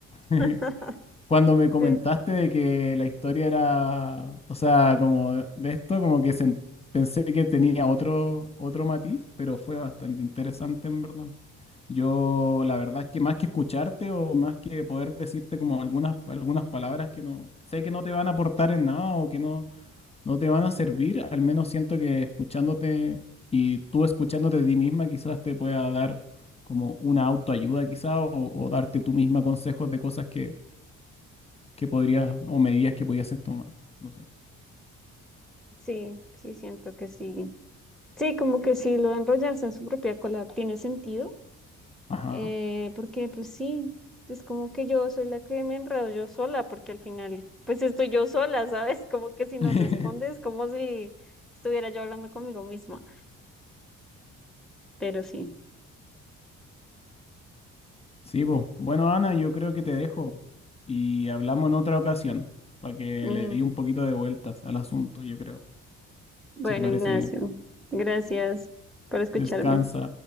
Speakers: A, on the left; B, in the centre.
A: <laughs>
B: <laughs>
A: Cuando me comentaste
B: Sí,
A: de que la historia era, o sea, como de esto, como que sen- pensé que tenía otro, otro matiz, pero fue bastante interesante en verdad. Yo, la verdad es que más que escucharte o más que poder decirte como algunas, algunas palabras que no sé que no te van a aportar en nada o que no, no te van a servir, al menos siento que escuchándote y tú escuchándote de ti misma quizás te pueda dar como una autoayuda quizás o, o darte tú misma consejos de cosas que que podrías, o medidas que podías tomar. No sé.
B: sí, sí, siento que sí. Sí, como que sí, lo de enrollarse en su propia cola tiene sentido,
A: Ajá.
B: eh, porque pues sí, es como que yo soy la que me enredo yo sola, porque al final pues estoy yo sola, ¿sabes? <laughs> Como que si no
A: <laughs>
B: respondes, como si estuviera yo hablando conmigo misma, pero sí.
A: Sí, pues. Bueno, Ana, yo creo que te dejo y hablamos en otra ocasión para que
B: Mm,
A: le di un poquito de vueltas al asunto, yo creo,
B: Bueno,
A: si te parece
B: Ignacio,
A: bien.
B: gracias por escucharme.
A: Descansa.